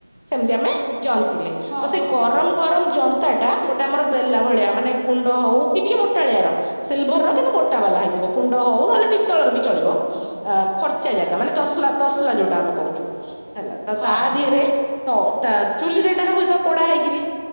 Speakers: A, on the left; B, on the right.
A: ସେମିତି ଆମେ ଜନ୍ତିଲେ
B: ହଁ
A: ତ ସେଇ
B: ହଁ
A: ଗରମ୍
B: ହଁ
A: ଗରମ୍ ଜନ୍ତାଟା ଗୋଟେ ଆମର ବେଲା ଭଳିଆ ମାନେ କୁଣ୍ଡ ହଉ କି ଟିକେ ମୋଟାଳିଆ ର ସିଲଭର୍ ର କିନ୍ତୁ ମୋଟା ବାଲା ହେଇଥିବ କୁଣ୍ଡ ହଉ ନହେଲେ ପିତ୍ତଳର ବି ଚଳିବ
B: ଓହୋ।
A: ଆ ଫର୍ଚା ଜାଗା ମାନେ ତସଲା ତସଲା ଯୋଉଟା ଆମେ କହୁଚୁ ହେଲା ତ
B: ହଁ
A: ତା
B: ହଁ
A: ଦିହରେ ତ ତା ଚୁଲିରେ ଟା ହୁଏତ ପୋଡା ହେଇକିରି